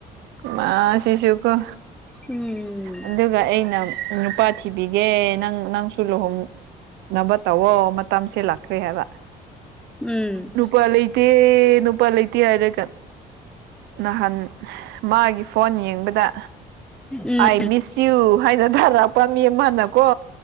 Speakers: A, on the right (about 85°); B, in the centre.
A: ꯃꯥꯁꯤꯁꯨꯀꫭ
B: ꯎꯝ
A: ꯑꯗꯨꯒ ꯑꯩꯅ ꯅꯨꯄꯥ ꯊꯤꯕꯤꯒꯦ ꯅꯪ ꯅꯪꯁꯨ ꯂꯨꯍꯣꯡ ꯅꯕ ꯇꯧꯋꯣ ꯃꯇꯝꯁꯦ ꯂꯥꯛꯈꯔꯦ ꯍꯥꯏꯕ
B: ꯎꯝ
A: ꯅꯨꯄꯥ ꯂꯩ ꯇꯦ ꯅꯨꯄꯥ ꯂꯩꯇꯦ ꯍꯥꯏꯔꯒ ꯅꯍꯥꯟ ꯃꯥꯒꯤ ꯐꯣꯟ ꯌꯦꯡꯕꯗ
B: ꯎꯝ
A: ꯑꯥꯏ ꯃꯤꯁ ꯌꯨ ꯍꯥꯏꯅ ꯊꯥꯔꯛꯄ ꯃꯤ ꯑꯃꯅꯀꯣ